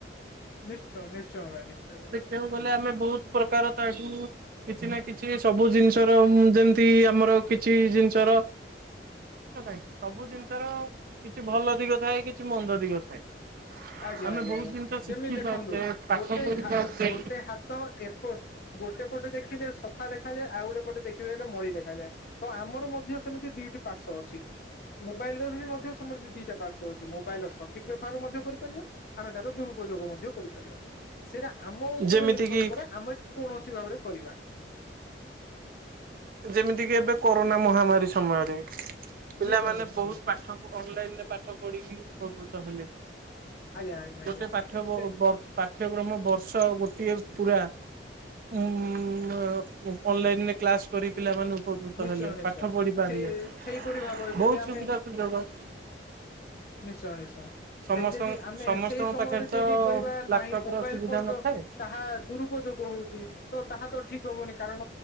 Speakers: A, on the left; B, on the right.
A: ନିଶ୍ଚୟ ନିଶ୍ଚୟ ଭାଇ ନିଶ୍ଚୟ ଭାଇ।
B: ସେଠାକୁ ଗଲେ ଆମେ ବହୁତ ପ୍ରକାର ତାଠୁ କିଛି ନା କିଛି ସବୁ ଜିନିଷର ଯେମିତି ଟି ଆମର କିଛି ଜିନିଷର ସବୁ ଜିନ୍ ତାର କିଛି ଭଲ ଦିଗ ଥାଏ କିଛି ମନ୍ଦ ଦିଗ ଥାଏ।
A: ଆଜ୍ଞା
B: ଆମେ
A: ଆଜ୍ଞା
B: ବହୁତ
A: ଆଜ୍ଞା
B: ଜିନିଷ ଶିଖି
A: ଯେମିତି ଦେଖନ୍ତୁ
B: ପାରୁଛେ ପାଠ
A: ଗୋଟେ
B: ପଢି ପାରୁଛେ
A: ଗୋଟେ ହା ତ ଏପ ଗୋଟେ ପଟେ ଦେଖିଲେ ସଫା ଦେଖାଯାଏ। ଆଉ ଗୋଟେ ପଟେ ଦେଖିବେ ହେଲେ ମଳି ଦେଖାଯାଏ। ତ ଆମ ମୋର ମଧ୍ୟ ସେମିତି ଦିଟି ପାର୍ଶ୍ଵ ଅଛି। ମୋବାଇଲ ର ବି ମଧ୍ୟ ସେମିତି ଦିଟା ପାର୍ଶ୍ୱ ଅଛି ମୋବାଇଲି ର ସଠିକ୍ ବ୍ୟବହାର ମଧ୍ୟ କରି ରିବା ଆମେ ତାର ଦୁରୁପଯୋଗ ମଧ୍ୟ କରିପାରିବା ସେଇଟା ଆମ ଉପରେ
B: ଯେମିତି
A: ନିର୍ଭର
B: କିି
A: କରେ ଆମେ କୌଣସି ଭାବରେ କରିବା।
B: ଯେମିତିକି ଏବେ କରୋନା ମହାମାରୀ ସମୟରେ ପିଲାମାନେ
A: ନିଶ୍ଚୟ ନିଶ୍ଚୟ
B: ବହୁତ
A: ନିଶ୍ଚୟ।
B: ପାଠ ଅନଲାଇନି ରେ ପାଠ ପଢିକି ଉପକୃତ ହେଲେ।
A: ଆଜ୍ଞା ଆଜ୍ଞା
B: ଗୋଟେ
A: ଆଜ୍ଞା
B: ପାଠ୍ୟ
A: ସେ
B: ପାଠ୍ୟକ୍ରମ ବର୍ଷ ଗୋ ଟିଏ ପୁରା ଉଁ ମ୍ ଅନଲାଇନି ରେ କ୍ଲାସ କରି ପିଲାମାନଙ୍କୁ ଉପକୃତ
A: ନିଶ୍ଚୟ
B: ହେଲେ
A: ନିଶ୍ଚୟ।
B: ପାଠ ପଢି ପାରିଲେ
A: ସେ ସେଇପରି ଭାବରେ
B: ବହୁତ
A: ଯଦି ଆମେ
B: ସୁବିଧା ସୁଯୋଗ
A: ନିଶ୍ଚୟ ନିଶ୍ଚୟ।
B: ସମସ୍ତ
A: ସେଇ ଯଦି ଆମେ
B: ସମସ୍ତଙ୍କ
A: ସେଇ ସମୟରେ
B: ପାଖରେ ତ
A: ଯଦି କହିବା
B: ଲାପଟପ
A: ନାହିଁ ମୋବାଇଲି
B: ର ସୁବିଧା
A: ଫୋନ
B: ନଥାଏ।
A: ର ତାହା ଦୁରୁପଯୋଗ ହୋଉଛି ତ ତାହା ତ ଠିକ୍ ହବନି କାରଣ